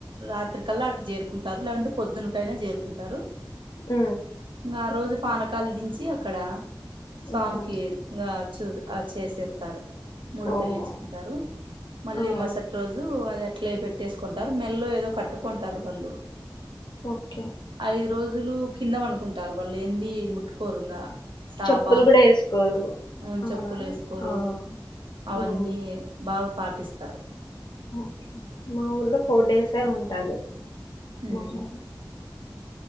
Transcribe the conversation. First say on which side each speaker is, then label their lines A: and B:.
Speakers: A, on the right (about 85°); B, on the left (about 60°).
A: రాత్రికల్లా అక్కడికి చేరుకుంటారు లేకుంటే పొద్దున్నకైనా చేరుకుంటారు.
B: ఆ
A: ఇంగా ఆ రోజు పానకాలు దించి అక్కడ స్వామికి
B: హుహు.
A: ఇంగా చూద్ ఆ చేసేస్తారు, ముడుపు
B: ఓహ్!
A: ఎళ్లిచ్చుకుంటారు మళ్ళీ
B: ఆ!
A: మరసటి రోజు అది అట్లే పెట్టేసుకుంటారు, మెల్లో ఏదో కట్టుకుంటారు వాళ్ళు.
B: ఓకే
A: ఐదు రోజులు కింద పండుకుంటారు, వాళ్ళు ఏంది ముట్టుకోరు ఇంగా. సాప,
B: చెప్పులు గూడా యేసుకోరు.
A: ఆ
B: అవునా?
A: చెప్పులు వేసుకోరు
B: ఆ!
A: అవన్నీ
B: హ్మ్.
A: బాగా పాటిస్తారు.
B: ఓకే మా ఊర్లో ఫోర్ డేసే ఉంటది
A: ఉమ్
B: మొహరం.